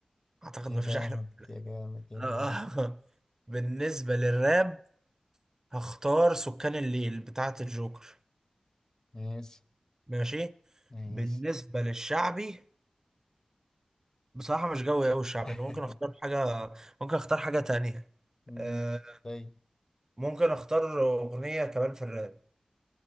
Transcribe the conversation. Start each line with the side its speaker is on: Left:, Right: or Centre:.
Right: أعتقد
Left: يا
Right: مفيش
Left: جامد
Right: أحلى من
Left: يا جامد
Right: كده.
Left: يا جامد
Right: آه. <laughs> بالنسبة للراب هختار سكان الليل بتاعت الجوكر
Left: ماشي
Right: ماشي
Left: ماشي
Right: بالنسبة للشعبي بصراحة مش جوي أوي الشعبي
Left: <laughs>
Right: أنا ممكن أختار حاجة ممكن أختار حاجة تانية
Left: مم.
Right: آه.
Left: طيب
Right: ممكن أختار أغنية كمان في الراب